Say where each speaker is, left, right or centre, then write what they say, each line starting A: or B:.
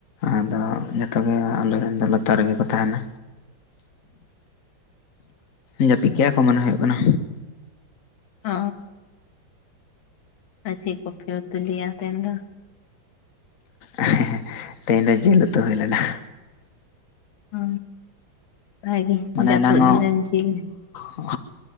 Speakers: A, on the left; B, on the left.
A: ᱟᱫᱚ ᱡᱚᱛᱚ ᱜᱮ ᱟᱞᱮ ᱨᱮᱱ ᱫᱚ ᱞᱟᱛᱟᱨ ᱨᱮᱜᱮ ᱠᱚ ᱛᱟᱦᱮᱱᱟ᱾
B: <inaudible>
A: ᱡᱟᱹᱯᱤᱜ ᱠᱮᱜᱟ ᱠᱚ ᱢᱚᱱᱮ ᱦᱩᱭᱩᱜ ᱠᱟᱱᱟ᱾
B: ᱚ ᱟᱨ ᱪᱮᱫ ᱠᱚᱯᱮ ᱩᱛᱩ ᱞᱮᱜ-ᱟ ᱛᱮᱦᱮᱧ ᱫᱚ?
A: ᱮ‌ ᱦᱮ ᱛᱮᱦᱮᱧ ᱫᱚ ᱡᱤᱞ ᱩᱛᱩ ᱦᱩᱭ ᱞᱮᱱᱟ᱾
B: ᱚ ᱵᱷᱟᱜᱤ
A: ᱢᱟᱱᱮ
B: ᱡᱟᱯᱩᱫ
A: ᱮᱱᱟᱝ
B: ᱫᱤᱱ ᱨᱮ ᱡᱤᱞ
A: ᱦᱚᱸ